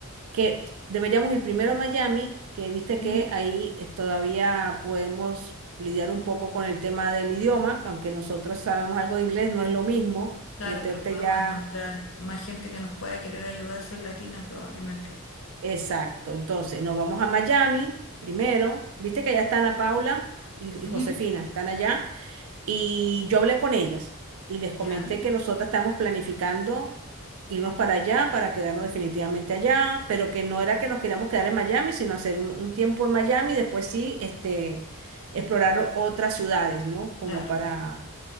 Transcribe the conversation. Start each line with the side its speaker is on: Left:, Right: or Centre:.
Right: que deberíamos ir primero a Miami, que viste que
Left: ¿Mm?
Right: ahí eh, todavía podemos lidiar un poco con el tema del idioma, aunque nosotros sabemos algo de inglés, no es lo mismo
Left: claro,
Right: meterte
Left: pero podemos
Right: ya.
Left: encontrar más gente que nos pueda querer ayudar si es latina probablemente.
Right: Exacto. Entonces, nos vamos a Miami primero. Viste que allá están Ana Paula y,
Left: Ujú.
Right: y Josefina, están allá. Y yo hablé con ellas y les comenté
Left: Ya,
Right: que nosotras estamos planificando irnos para allá, para quedarnos definitivamente allá, pero que no era que nos queríamos quedar en Miami, sino hacer un, un tiempo en Miami y después sí, este, explorar otras ciudades, ¿no? Como
Left: claro,
Right: para,
Left: claro.